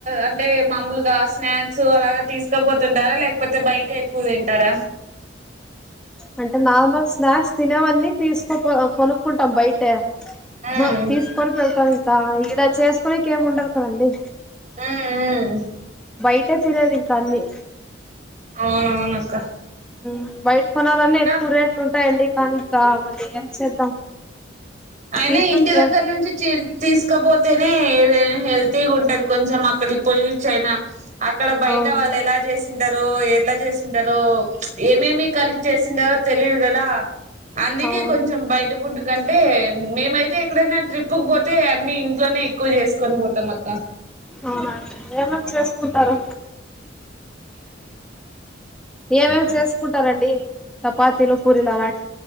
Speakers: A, on the right (about 40°); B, in the centre.
A: అంటే మామలుగా స్ స్నాక్ సో అలాగ తీసుకపోతుంటారా లేకపోతే బయట బువ్ తింటారా
B: అంటే నార్మల్ స్నాక్స్ తినేవన్నీ తీసుకు పో కొనుక్కుంటాం బయట
A: ఉమ్
B: హ తీసుకొని వెళ్తామి గ ఈడ చేసుకునేకి ఏం ఉండదు కదండీ
A: మ్మ్ మ్మ్
B: బయట తినేది ఇంకా అన్నీ
A: అవునవునక్క
B: మ్మ్ బైట్ కొనాలన్నా
A: అయినా
B: ఎక్కువ రేట్లు ఉంటాయండి కానీ ఇంకా మళ్లీ ఏం చేద్దాం
A: అయినా
B: వీటి
A: ఇంటి
B: నుంచి
A: దగ్గర నుంచి చి తీసకపోత్ తెనే ఎదే హెల్తిగుంటది కొంచెం అక్కడికి పోయిచ్చైనా అక్కడ
B: అవును
A: బయట వాళ్ళు ఎలా చేస్ తింటారో ఎట్లా చేసింటారో మ్చ్ ఏమేమి కలిపి చేసిండారో తెలిదు గదా అందుకే
B: అవును
A: కొంచెం బయట ఫుడ్ కంటే మేమైతే ఎక్కడైనా ట్రిప్పుకి పోతే అన్ని ఇంట్లోనే ఎక్కువ చేసుకొని పోతాం అక్కా
B: అవునండి. ఏమేమి చేసుకుంటారు ఏమేమి చేసుకుంటారండి చపాతీలు పూరిలు అలాం